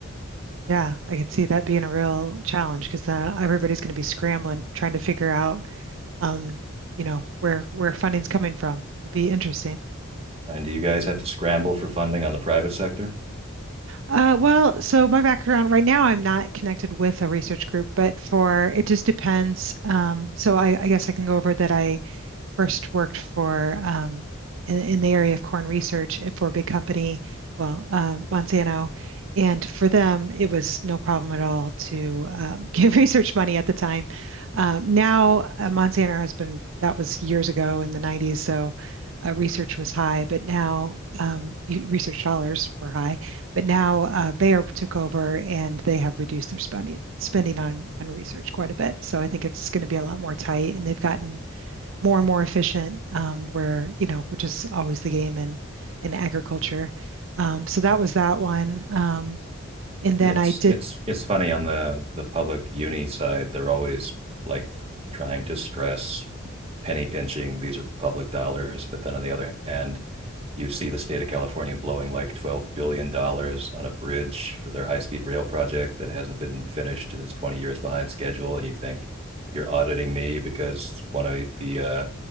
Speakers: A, on the right; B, on the right.
A: Yeah, I could see that being a real challenge because uh, everybody's going to be scrambling trying to figure out, um, you know, where where funding's coming from. It'll be interesting.
B: And do you guys have to scramble for funding on the private sector?
A: Uh, well, so my background right now, I'm not connected with a research group, but for it just depends. Um, so I, I guess I can go over that I first worked for um, in, in the area of corn research for a big company, well, uh, Monsanto, and for them, it was no problem at all to um, <laughs> give research money at the time. Um, now, uh, Monsanto has been that was years ago in the 90s, so uh, research was high, but now um, y- research dollars were high. But now uh, Bayer took over and they have reduced their spending spending on on research quite a bit. So I think it's going to be a lot more tight, and they've gotten more and more efficient. Um, where you know, which is always the game in in agriculture. Um, so that was that one. Um, and then
B: It's
A: I did,
B: it's it's funny on the the public uni side, they're always like trying to stress penny pinching. These are public dollars, but then on the other hand, you see the state of California blowing like $12 billion dollars on a bridge for their high speed rail project that hasn't been finished and is 20 years behind schedule. And you think you're auditing me because one of the, uh,